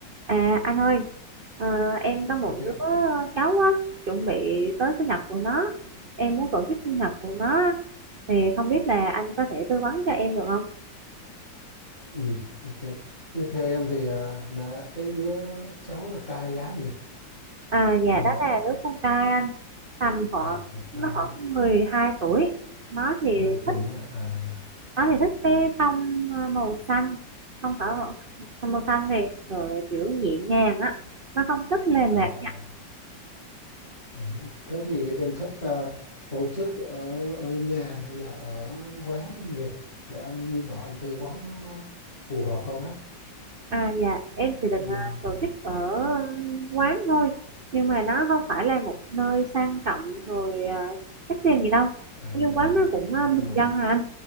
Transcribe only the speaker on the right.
À anh ơi, ờ, em có một
đứa cháu á, chuẩn bị tới sinh nhật của nó. Em muốn tổ chức sinh nhật của nó thì không biết là anh có thể tư vấn cho em được không?
À dạ
đó là đứa con trai anh, tầm khoảng
nó
khoảng
12 tuổi. Nó thì
thích
nó thì thích cái tông ờ, màu xanh, không phải tông màu xanh này rồi kiểu nhẹ nhàng á. Nó không thích lề lạc
À dạ, em
thì định ờ, tổ chức ở ừm, quán thôi Nhưng mà nó không phải là một nơi sang trọng rồi uh, đắt tiền gì đâu
Cái quán nó cũng ờ,
bình
dân à anh